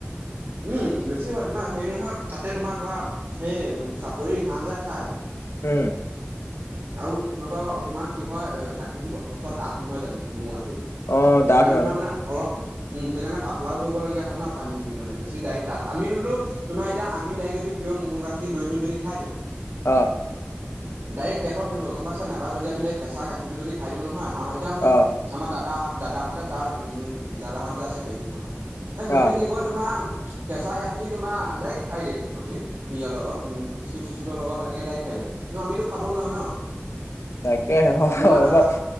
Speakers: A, on the right; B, on the left.
A: উম বেছি হয় তোমাৰ হেৰি নহয় তাতে তোমাৰ ধৰা সেই চাপৰি ঘাঁহ যে খায়
B: উম
A: আৰু সিহঁতৰ তোমাৰ কি হয় গাখীৰতো যথেষ্ট ডাঠ নহয় জানো মহৰ গাখীৰ সেইটো
B: অ'
A: সেইকাৰণে
B: দাঁত হয়
A: তোমাৰ
B: ন?
A: মানে অলপ উম সেইকাৰণে পাতলাও কৰিবলগীয়া হয় ন পানী দি মানে বেছি ডাঠ আমিতো তো তোমাৰ এতিয়া আমি ডাইৰেক্ট যদি প্ৰিয়ৰ ম'হৰ গাখীৰ দৈটো যদি খাই দিওঁ
B: অ
A: ডাইৰেক্ট পেটত ধৰিব গম পাইছা নাই যদি আমি ডাইৰেক্ট কেঁচা গাখীৰটো যদি খাই দিওঁ নহয় আমাৰ এতিয়া মোৰ
B: অ'
A: আমাৰ দাদা দাদাহঁতে তাৰ দাদাহত যে আছে পেহীহঁতৰ ত সিহঁতি
B: অ'
A: কি কয় তোমাৰ কেঁচা গাখীৰ তোমাৰ ডাইৰেক্ট খাই দিয়ে সিহঁতি হেৰিয়ৰ লগত উম বিচ চ চি চুৰৰ লগত এনেকে দাইক খাই য কিন্তু আমিতো খাব নোৱাৰো ন
B: তাকেহে হয়
A: তমা
B: বাৰু
A: আকৌ